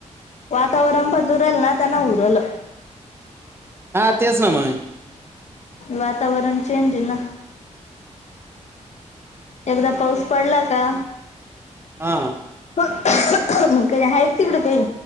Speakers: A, on the left; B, on the right.
A: वातावरण बदलू रहल ना त्यांना उरलं
B: हा तेच ना म
A: वातावरण चेंज न एकदा पाऊस पडला का
B: हा
A: मग काही आहे तिकडं काही